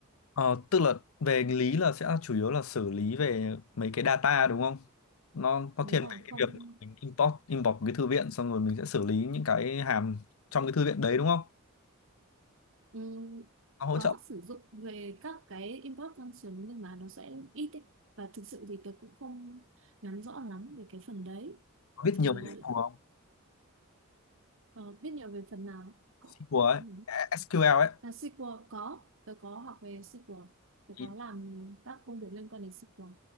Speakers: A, on the left (about 75°); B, on the right (about 65°).
A: Ờ, tức là về lý là sẽ chủ yếu là xử lý về mấy cái data đúng không? Nó nó
B: Đúng
A: thiên
B: rồi,
A: về cái
B: không
A: việc mình import import một cái thư viện xong rồi mình sẽ xử lý những cái hàm trong cái thư viện đấy đúng không?
B: ừm,
A: Nó hỗ
B: có
A: trợ
B: sử dụng về các cái import function nhưng mà nó sẽ ít ấy. Và thực sự thì tôi cũng không nắm rõ lắm về cái phần đấy.
A: có biết
B: Thì
A: nhiều về SQL không?
B: ờ, biết nhiều về phần nào?
A: SQL ấy,
B: Ừ.
A: SQL ấy
B: là SQL có tôi có học về SQL tôi
A: thì,
B: có làm các công việc liên quan đến SQL